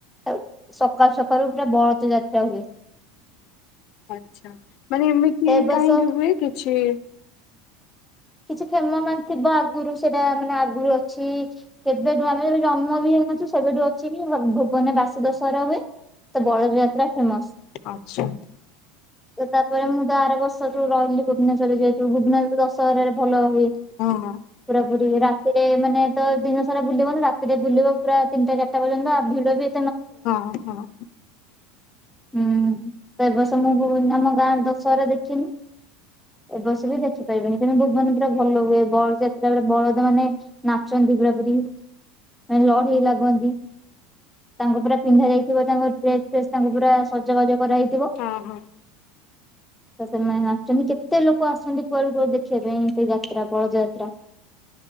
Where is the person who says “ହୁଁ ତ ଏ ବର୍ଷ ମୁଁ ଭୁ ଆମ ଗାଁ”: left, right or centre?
Centre